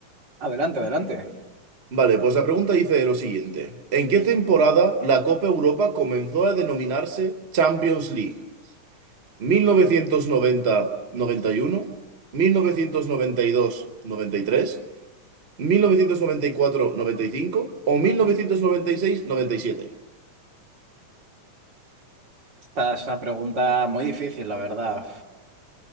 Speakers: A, on the right; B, on the right.
A: Adelante, adelante.
B: Vale, pues la pregunta dice lo siguiente. ¿En qué temporada la Copa Europa comenzó a denominarse Champions League? Mil mil mil novecientos novecientos novecientos noventa noventa noventa noventa y y y uno, dos tres, ¿mil novecientos noventa y cuatro noventa y cinco o mil novecientos noventa noventa y seis noventa y siete.
A: Esta es una pregunta muy difícil, la verdad.